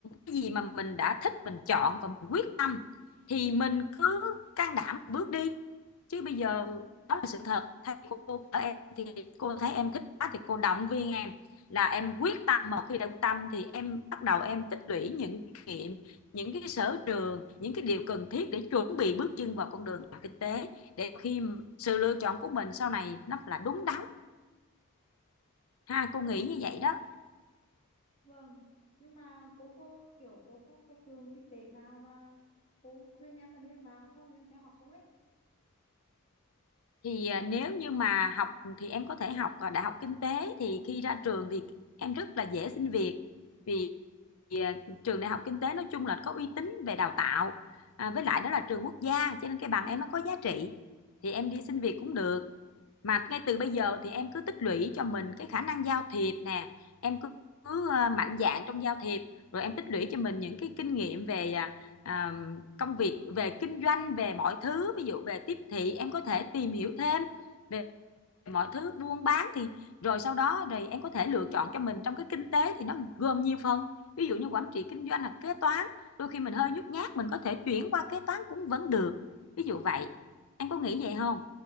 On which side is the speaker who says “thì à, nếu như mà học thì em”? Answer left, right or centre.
Left